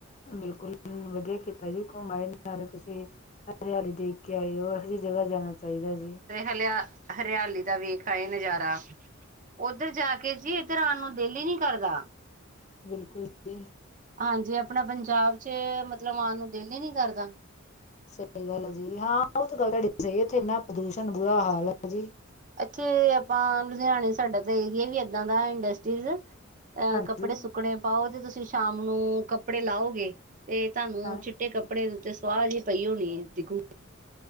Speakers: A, on the left (about 35°); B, on the right (about 40°).
A: ਬਿਲਕੁਲ ਵਧੀਆ ਕੀਤਾ ਜੀ ਘੁੰਮ ਆਏ ਨਾਲ਼ੇ ਤੁਸੀਂ ਹਰਿਆਲੀ ਦੇ ਕੇ ਆਈ ਉਹੀ ਜਗ੍ਹਾ ਜਾਣਾ ਚਾਹੀਦਾ ਜੀ।
B: ਹਲੇ ਆ ਹਰਿਆਲੀ ਦਾ ਵੇਖ ਆ ਇਹ ਨਜ਼ਾਰਾ ਉੱਧਰ ਜਾ ਕੇ ਜੀ ਇਧਰ ਆਣ ਨੂੰ ਦਿਲ ਹੀ ਨੀ ਕਰਦਾ
A: ਬਿਲਕੁਲ ਜੀ
B: ਹਾਂਜੀ ਆਪਣਾ ਪੰਜ ਪੰਜਾਬ 'ਚ ਮਤਲਬ ਆਉਣ ਨੂੰ ਦਿਲ ਹੀ ਨੀ ਕਰਦਾ।
A: ਸਹੀ ਗੱਲ ਜੀ ਹਾਂ ਉਹ ਗੱਲ ਤੁਹਾਡੀ ਸਹੀ ਇੱਥੇ ਇਨਾ ਪ੍ਰਦੂਸ਼ਣ ਬੁਰਾ ਹਾਲ ਆ ਜੀ।
B: ਅੱਥੇ ਆਪਾਂ ਲੁਧਿਆਣੇ ਸਾਡਾ ਤਾਂ ਵੀ ਇਦਾਂ ਦਾ ਇੰਡਸਟਰੀਜ਼ ਅਹ
A: ਹਾਂਜੀ
B: ਕੱਪੜੇ ਸੁੱਕਣੇ ਪਾਓ ਤੇ ਤੁਸੀਂ ਸ਼ਾਮ ਨੂੰ ਕੱਪੜੇ ਲਾਓਗੇ ਤੇ ਤੁਹਾਨੂੰ
A: ਹਾਂ
B: 'ਚ ਚਿੱਟੇ ਕੱਪੜੇ ਦੇ ਉੱਤੇ ਸਵਾਦ ਹੀ ਪਈ ਹੋਣੀ ਦੇਖੋ।